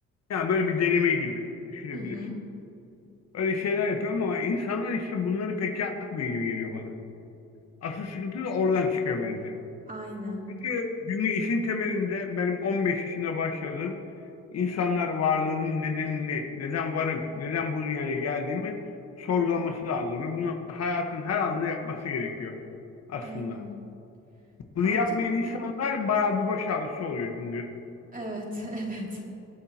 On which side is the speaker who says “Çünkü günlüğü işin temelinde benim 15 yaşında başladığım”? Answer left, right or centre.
Left